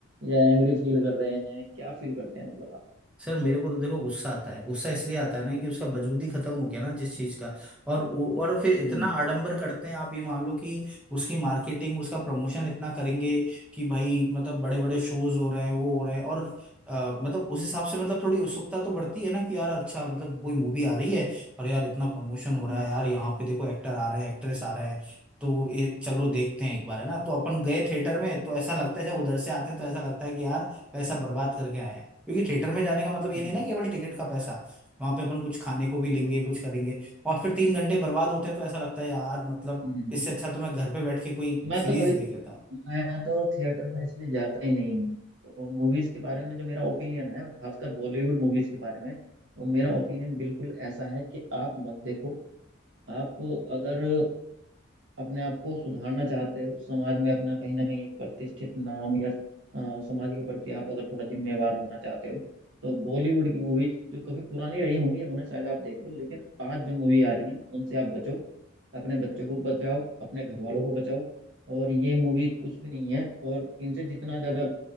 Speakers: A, on the right (about 55°); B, in the centre.
A: या एंग्री फील कर रहे हैं क्या फील करते हैं मतलब आप
B: सर मेरे को तो देखो गुस्सा आता है गुस्सा इसलिए आता है ना कि उसका वजूद ही खत्म हो गया ना जिस चीज का और वो और फिर इतना
A: हम्म
B: आडंबर करते हैं आप ये मान लो कि उसकी मार्केटिंग उसका प्रमोशन इतना करेंगे कि भाई मतलब बड़े बड़े शोज हो रहे हैं वो हो रहे हैं और अ, मतलब उस हिसाब से मतलब थोड़ी उत्सुकता तो बढ़ती है ना कि यार अच्छा मतलब कोई मूवी आ रही है और यार इतना प्रमोशन हो रहा
A: हम्म
B: है यार यहाँ पे देखो एक्टर आ रहे हैं एक्ट्रेस आ रहे हैं तो ये चलो देखते हैं एक बार है ना तो अपन गए थिएटर में तो ऐसा लगता है जब उधर से आते हैं तो ऐसा लगता है कि यार पैसा बर्बाद करके आए हैं क्योंकि थिएटर में जाने का मतलब ये
A: हम्म,
B: नहीं ना केवल टिकट का पैसा वहां पे अपन कुछ खाने को भी लेंगे
A: सही बात।
B: कुछ करेंगे और फिर तीन घंटे बर्बाद होते हैं तो ऐसा लगता है यार मतलब
A: हम्म।
B: इससे अच्छा तो मैं घर पे बैठ के कोई
A: मैं
B: सीरीज
A: तो कभी
B: देख लेता
A: मैं तो थिएटर में इसलिए जाता ही नहीं हूँ मूवीज के बारे में जो मेरा ओपिनियन है खासकर बॉलीवुड मूवीज के बारे में वो मेरा ओपिनियन बिल्कुल ऐसा है कि आप मत देखो आप अगर अपने आप को सुधारना चाहते हो समाज में अपना कहीं ना कहीं एक प्रतिष्ठित नाम या अ, समाज के प्रति आप अगर थोड़ा जिम्मेवार होना चाहते हो तो बॉलीवुड की मूवीज जो कभी पुरानी रही होंगी उन्हें शायद आप देख लो लेकिन आज जो मूवी आ रही है उनसे आप बचो अपने बच्चों को बचाओ अपने घर वालों को बचाओ और ये मूवी कुछ भी नहीं है और इनसे जितना ज्यादा